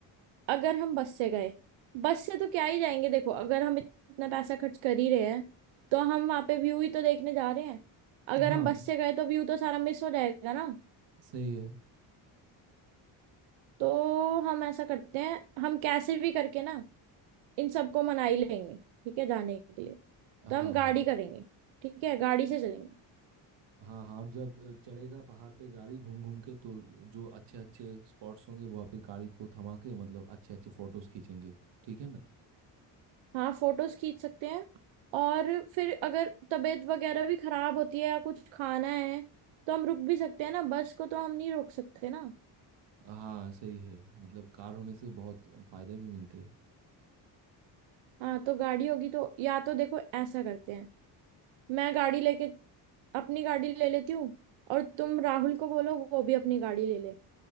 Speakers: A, on the right; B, on the right.
A: अगर हम बस से गए बस से तो क्या ही जाएंगे देखो अगर हम इतना पैसा खर्च कर ही रहे हैं तो हम वहां पे व्यू ही तो देखने जा रहे हैं अगर
B: हाँ
A: हम बस से गए तो व्यू तो सारा मिस हो जाएगा ना
B: सही है
A: तो हम ऐसा करते हैं हम कैसे भी करके ना इन सबको मना ही लेंगे ठीक है जाने के लिए
B: हाँ
A: तो हम गाड़ी करेंगे ठीक है गाड़ी से चलेंगे
B: हाँ हाँ और जब अ, चलेगा पहाड़ पे गाड़ी घूम घूम के तो जो अच्छे अच्छे स्पॉट्स होंगे वहाँ पे गाड़ी को थमा के मतलब अच्छे अच्छे फोटोज खींचेंगे ठीक है ना
A: हाँ फोटोज खींच सकते हैं और फिर अगर तबीयत वगैरह भी खराब होती है या कुछ खाना है तो हम रुक भी सकते हैं ना बस को तो हम नहीं रोक सकते ना
B: हाँ सही है मतलब कार होने से बहुत फायदे भी मिलते हैं
A: हाँ तो गाड़ी होगी तो या तो देखो ऐसा करते हैं मैं गाड़ी लेके अपनी गाड़ी ले लेती हूँ और तुम राहुल को बोलो वो भी अपनी गाड़ी ले ले